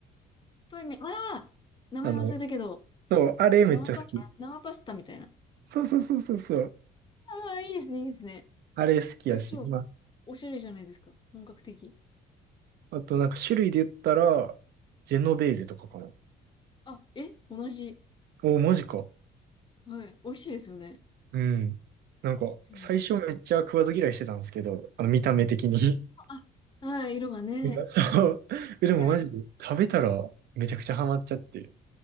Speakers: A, on the left; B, on the right.
A: 太い麺、ああ名前忘れたけど、
B: あの、そう、あれめっちゃ好き。
A: 生パ、生パスタみたいな。
B: そうそうそうそうそう。
A: ああ、いいですね、いいですね。
B: あれ好きやし。
A: え、超、
B: ま
A: おしゃれじゃないですか。本格的。
B: あ、あとなんか種類で言ったら、ジェノベーゼとかかな。
A: あ、え、同じ。
B: お、マジか。
A: はい。美味しいですよね。
B: うん。なんか、
A: うちのや
B: 最初めっちゃ食わず嫌いしてたんですけど、あの見た目的に。
A: あ、はい、色がね。
B: <laughs> なんかそう。えでもマジで食べたらめちゃくちゃハマっちゃって。
A: はい。